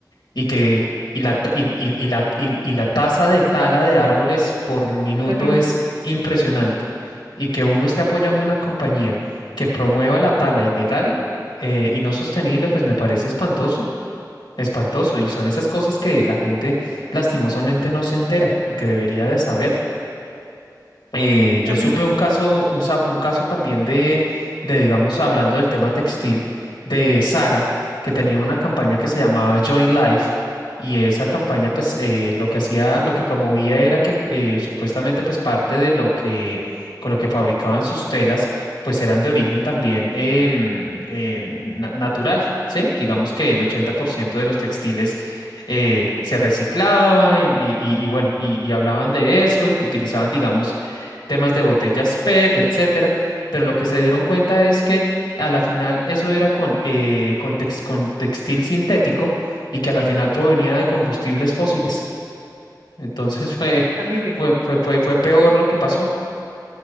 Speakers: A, on the left; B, on the right.
A: y que y la, ta- y, y- y la, y- y la tasa de tala de árboles por minuto
B: terrible,
A: es impresionante. Y que uno esté apoyando una compañía que promueva la tala ilegal eh, y no sostenible, pues me parece espantoso, espantoso. Y son esas cosas que la gente lastimosamente no se entera y que debería de saber. Eh, yo
B: terrible,
A: supe un caso, un, sa- un caso también de, de, digamos, hablando del tema textil, de Sara, que tenía una campaña que se llamaba Join Life, y esa campaña, pues, eh, lo que hacía, lo que promovía era que eh, supuestamente, pues, parte de lo que, con lo que fabricaban sus telas, pues, eran de origen también em, en na- natural, ¿sí? Digamos que el 80% de los textiles eh, se reciclaban y, y- y bueno, y y hablaban de eso y que utilizaban, digamos, temas de botellas PET, etcétera, pero lo que se dieron cuenta es que a la final eso era con, eh, con, tex- con textil sintético y que a la final provenía de combustibles fósiles. Entonces <laughs> fue,
B: terrible.
A: fue, fue, fue, fue peor lo que pasó.